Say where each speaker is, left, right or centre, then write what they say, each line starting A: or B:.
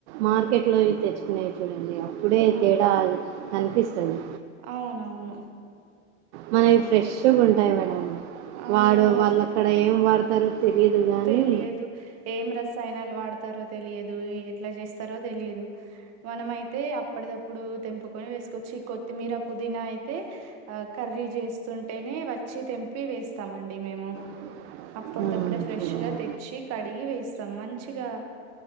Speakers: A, on the right; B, on the right.
A: మార్కెట్ లోవి తెచ్చుకునేవి చూడండి ఒక ఇప్పుడే
B: అ
A: తేడా కనిపిస్తుంది
B: అవునవును
A: మనకి ఫ్రెష్గా ఉంటాయి మేడం
B: అవును.
A: వాడు వాళ్ళు
B: ఫ
A: అక్కడ ఏం వాడతారో తెలియదు కానీ
B: తెలియదు ఏం రసానాలు వాడతారో తెలి తెలేయదు ఎట్ల చేస్తారో తెలిదు మనమైతే అప్పుదప్పుడు తెంపుకొని వేసుకోవచ్చు కొత్తిమీర పుదీనా అయితే కర్రీ చేస్తుంటేనే వచ్చి తెంపి వేస్తామండి మేము
A: <unintelligible>
B: అప్పుడిదప్పుడే
A: ఉమ్,
B: ఫ్రెష్
A: చూడండి
B: గా తెచ్చి కడిగి వేస్తాం మంచిగా